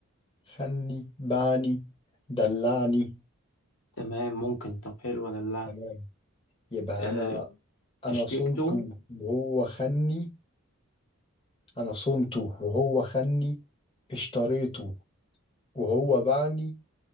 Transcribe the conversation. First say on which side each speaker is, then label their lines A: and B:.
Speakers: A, on the left; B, on the left.
A: خلني باعني دلعني
B: تمام ممكن طب حلوة دلعني
A: تمام يبقى
B: آه
A: أنا أنا
B: هشتكته
A: صنته وهو خلني أنا صنته وهو خلني اشتريته وهو باعني